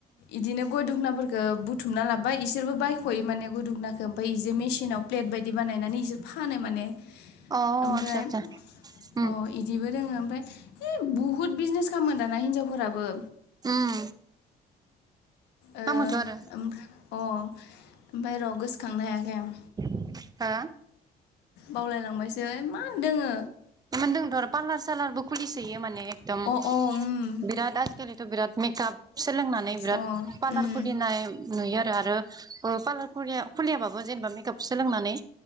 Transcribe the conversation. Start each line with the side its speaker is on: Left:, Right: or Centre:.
Left: इदिनो गय दुखना फोर गो बुथुमना लाब ओमफ्राय इसोरबो बायखयो माने गय दुखनाखौ ओमफ्राय इजो मेसिनाव प्लेट बायदि बानायनानै इसोर फानो माने
Right: अ
Left: ओमफ्राय
Right: आतसा आतसा उम
Left: अ इदिबो दोङो ओमफ्राय इ बुहुद बिजनेस खालामो दाना हिनजावफोराबो
Right: उम
Left: ओ
Right: खामोथआरो
Left: ओमफ्राय अ ओमफ्राय र' गोसोखांनो हायाखै आं
Right: <inaudible> हा
Left: बावलायलांबायसो इमान दोङो
Right: इमान दोङोथ आरो पालार सालारबो खुलिसोयो माने एगदम
Left: अ उम
Right: बिराद आजिखालिथ बिराद मेकाप सोलोंनानै बिराद
Left: अ
Right: पार्लार
Left: उम
Right: खुलिनाय नुयो आरो ओ पार्लार खुलियाबाबो जेनेबा मेकाप सोलोंनानै